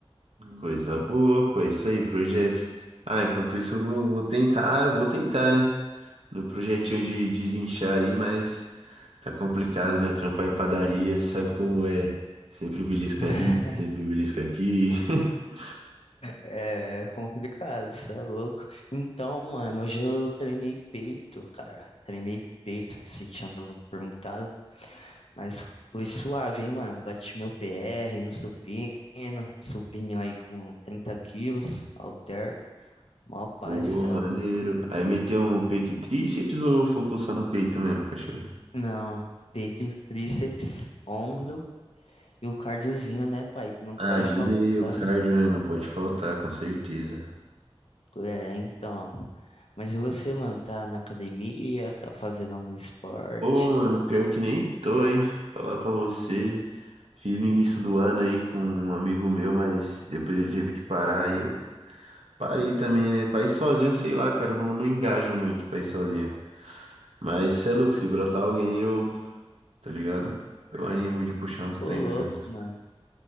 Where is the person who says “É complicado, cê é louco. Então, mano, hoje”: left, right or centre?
Left